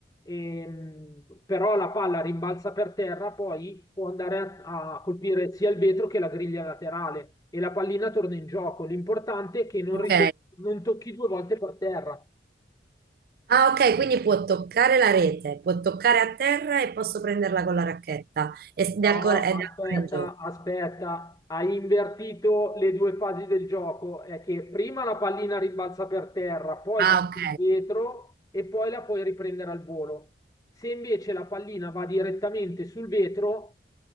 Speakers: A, on the left (about 20°); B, on the right (about 55°).
A: Ehm, però la palla rimbalza per terra, poi può andare a, a colpire sia il vetro che la griglia laterale e la pallina torna in gioco. L'importante è che non,
B: ok.
A: ritor- non tocchi due volte per terra,
B: Ah, ok, quindi può toccare la rete, può toccare a terra e posso prenderla con la racchetta. Ed è
A: No,
B: ancora, ed
A: aspetta,
B: è ancora in gioco.
A: aspetta, hai invertito le due fasi del gioco. È che prima la pallina rimbalza per terra, poi
B: Ah,
A: va
B: ok,
A: sul vetro e poi la puoi riprendere al volo. Se invece la pallina va direttamente sul vetro,